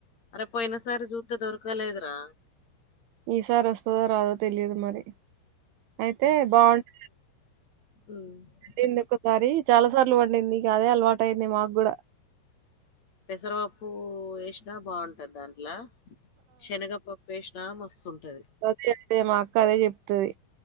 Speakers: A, on the left (about 35°); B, on the right (about 75°).
A: అరే పోయిన సారీ జూతే దొర్కాలదురా
B: ఈసారి వస్తుందో రాదో తెలియదు మరి అయితే బాగుంట
A: ఉమ్
B: పడింది ఒకసారి చాలా సార్లు పడింది అదే అలవాటు అయింది మాకు కూడా
A: పెసరపప్పు వేసినా బాగుంటది దాంట్ల శనగపప్పు వేసినా మస్తుంటది
B: ఒక అండి మా అక్క అదే చెప్తది